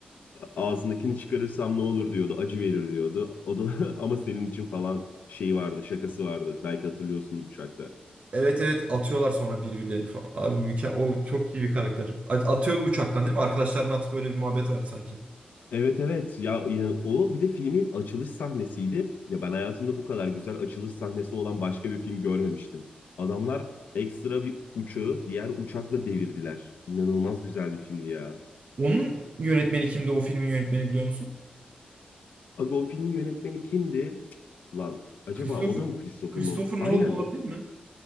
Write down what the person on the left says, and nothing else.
ağzındakini çıkarırsam ne olur diyordu. Acı verir diyordu. O da <laughs> ama senin için falan şeyi vardı. Şakası vardı. Belki hatırlıyorsundur uçakta.
Evet evet ya inan- o bir de filmin açılış sahnesiydi. Ya ben hayatımda bu kadar güzel açılış sahnesi olan başka bir film görmemiştim. Adamlar ekstra bir uçağı diğer uçakla devirdiler. İnanılmaz güzel bir filmdi ya.
Aga o filmin yönetmeni kimdi? Cık, Lan acaba
o da mı Christopher
Nolan? Aynen
o.